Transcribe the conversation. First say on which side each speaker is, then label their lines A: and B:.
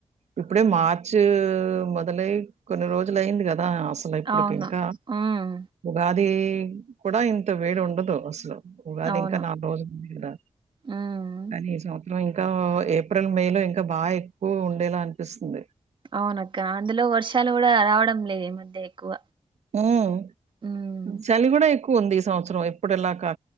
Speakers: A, on the right (about 80°); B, on the right (about 45°).
A: ఇప్పుడే మార్చ్ మొదలై కొన్ని రోజులు అయింది కదా అసలు ఇప్పుడుకింకా
B: అవును ఉమ్
A: ఉగాది అది కూడా ఇంత వేడి ఉండదు అసలు
B: అవును
A: రోజుక్ రా
B: ఉమ్
A: కానీ ఈ సంవత్సరం ఆ ఇంకా ఏప్రిల్ మే లో ఇంకా బాగా ఎక్కువ ఉండేలా అనిపిస్తుంది
B: అవునక్క అందులో వర్షాలు గూడా రావడం లేదు ఈ మధ్య ఎక్కువ
A: హమ్
B: ఉమ్
A: చలి గుడా ఎక్ ఉంది ఈ సంవత్సరం ఎప్పుడిలా కా